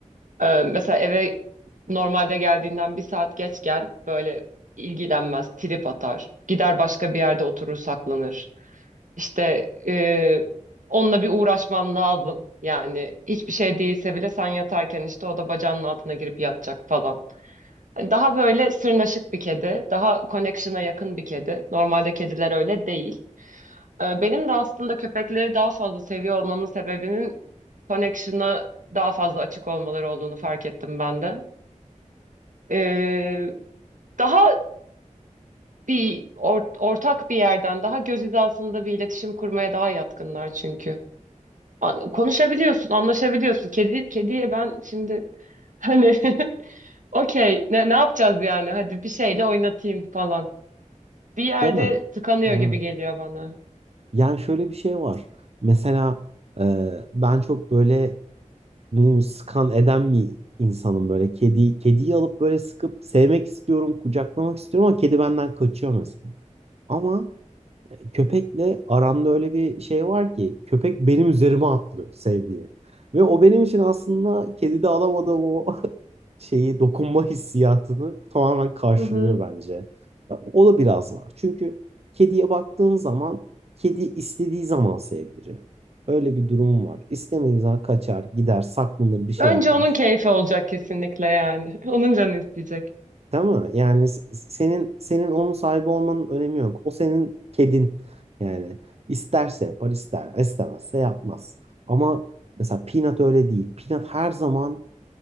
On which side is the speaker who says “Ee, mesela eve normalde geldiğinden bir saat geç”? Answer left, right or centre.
Right